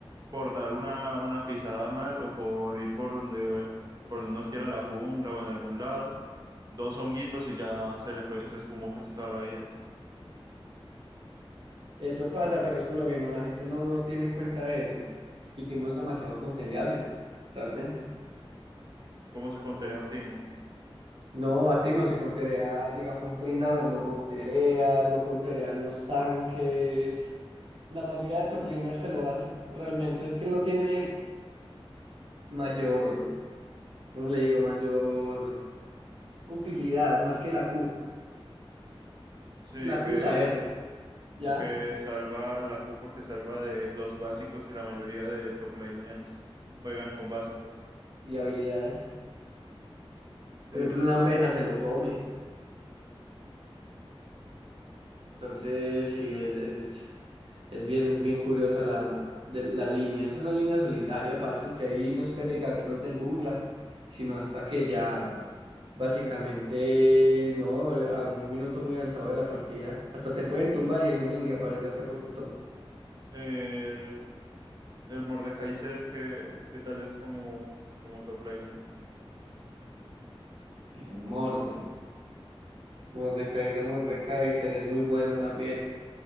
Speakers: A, on the right; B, on the right.
A: por dar una, una pisada mal o por ir por donde, por donde nos quieran la jungla o en algún lado. Dos honguitos y ya se le fue, se esfumó casi toda la vida.
B: Eso pasa, pero es por lo mismo, la gente no, no tiene en cuenta eso. Y Timo es demasiado contereable, realmente.
A: ¿Cómo se contaría un timo?
B: No, a Timo se conterea, digamos, un Prindaver lo conterea, lo conterean los tanques. La mayoría de top laners se lo hacen, realmente. Es que él no tiene mayor, ¿cómo le digo? Mayor utilidad, más que la Q.
A: Sí,
B: La
A: que,
B: Q y la R,
A: es-
B: ¿ya?
A: que salva la Q porque salva de los básicos y la mayoría de top laners juegan con básicos.
B: Y habilidades.
A: Sí.
B: Por ejemplo, una Ambesa se lo come. Entonces, sí, es... es- Es bien, es bien curiosa la, de- la línea. Es una línea solitaria, parce. Usted ahí no espere ganqueos del jungla, sino hasta que ya básicamente no, a un minuto muy avanzado de la partida. Hasta te pueden tumbar y el jungla ni aparecerte por tu top.
A: El, el Mordekaiser, qué qué tal es como, como top laner?
B: Y el morde. Mordekaiser, Mordekaiser es muy bueno también.